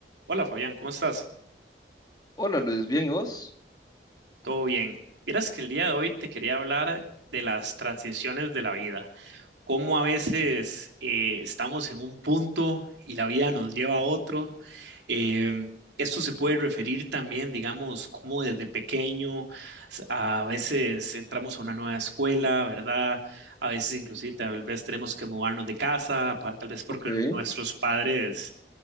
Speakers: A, on the right; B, on the left.
A: Hola Fabián, ¿cómo estás?
B: Hola Luis, ¿bien y vos?
A: ¿Todo bien? Vieras que el día de hoy te quería hablar de las transiciones de la vida, cómo a veces eh, estamos en un punto y la vida nos lleva a otro. Eh, esto se puede referir también, digamos, cómo desde pequeño s- a veces entramos a una nueva escuela, ¿verdad? A veces inclusive tal vez tenemos que mudarnos de casa, pa- tal vez porque
B: Ok,
A: nuestros padres